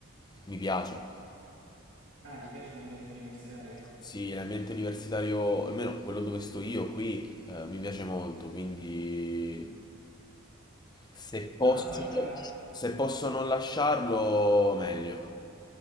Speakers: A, on the left (about 20°); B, on the right (about 60°).
A: mi piace.
B: Ah, ti piace l'ambiente universitario?
A: Sì, l'ambiente universitario, almeno quello dove sto io qui, eh, mi piace molto, quindi
B: Mhm.
A: se posso,
B: Ma guarda,
A: se posso non lasciarlo, meglio.